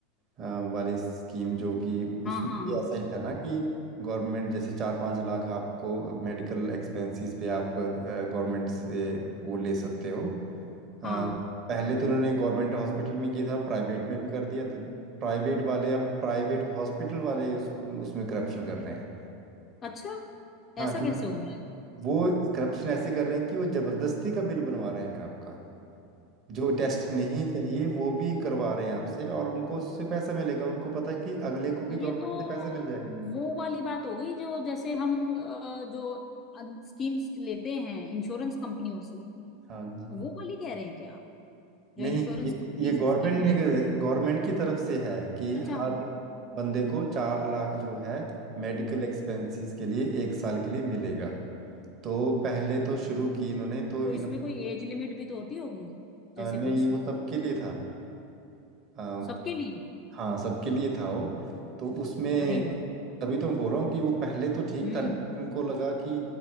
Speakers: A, on the right; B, on the left.
A: अ, वाली स्कीम जो कि
B: हाँ
A: उसमें
B: हाँ
A: भी ऐसा ही था ना कि गवर्नमेंट जैसे चार पाँच लाख आपको मेडिकल एक्सपेंसेस पे आप गवर्नमेंट से वो ले सकते हो अ,
B: हाँ
A: पहले तो उन्होंने गवर्नमेंट हॉस्पिटल में किया था प्राइवेट में भी कर दिया तो प्राइवेट वाले अब प्राइवेट हॉस्पिटल वाले उसको उसमें करप्शन कर रहे हैं
B: अच्छा
A: हाँ
B: ऐसा
A: क्योंकि
B: कैसे हो रहा है
A: वो करप्शन ऐसे कर रहे हैं कि वो जबरदस्ती का बिल बनवा रहे हैं फिर आपका जो टेस्ट नहीं चाहिए वो भी करवा रहे हैं आपसे और उनको उससे पैसा मिलेगा उनको पता है कि अगले को भी गवर्नमेंट
B: ये तो
A: से पैसा मिल
B: वो
A: जाएगा
B: वाली बात हो गई जो जैसे हम अ, जो स्कीम्स लेते हैं इंश्योरेंस कंपनियों से
A: हाँ जी
B: वो वाली कह रहे हैं क्या आप जो
A: नहीं
B: इंश्योरेंस
A: ये
B: कंपनी
A: ये
B: से
A: गवर्नमेंट
B: स्कीम लेते
A: ने
B: हैं
A: गवर्नमेंट की तरफ से है कि
B: अच्छा
A: हर बंदे को चार लाख जो है मेडिकल एक्सपेंसेस के लिए एक साल के लिए मिलेगा तो पहले तो शुरू की इन्होंने तो
B: तो
A: इन्होंने
B: इसमें कोई एज लिमिट भी तो होती होगी जैसे
A: अ, नहीं
B: कुछ
A: वो सबके लिए था
B: सबके लिए
A: हाँ सबके लिए था वो तो उसमें
B: अरे वाह
A: तभी तो मैं बोल रहा हूँ कि वो पहले तो ठीक
B: हम्म
A: था लेकिन उनको लगा कि